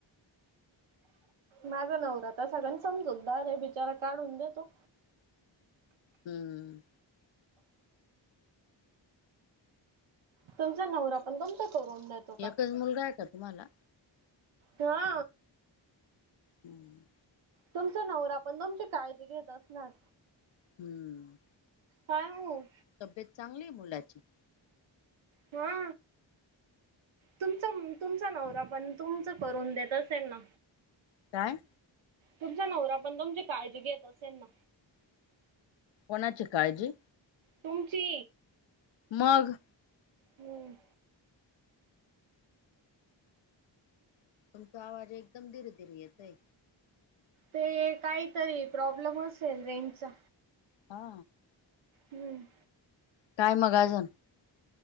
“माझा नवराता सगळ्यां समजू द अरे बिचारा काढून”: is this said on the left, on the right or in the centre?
Right